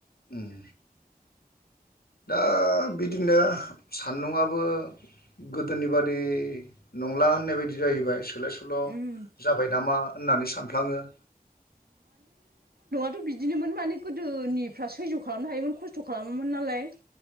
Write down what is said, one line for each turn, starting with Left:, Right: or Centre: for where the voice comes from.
Left: उम। दा बिदिनो सान्दुं आबो गोदोनि बादि नंला होननाय बायदि जाहैबाय सोलाय सुोल'
Right: उम
Left: जाबाय नामा होननानै सानफ्लाङो
Right: थ' बिदिनोमोन माने गोदोनिफ्रा सैज्य खालामनो हायोमोन खस्थ' खालामोमोन नालाय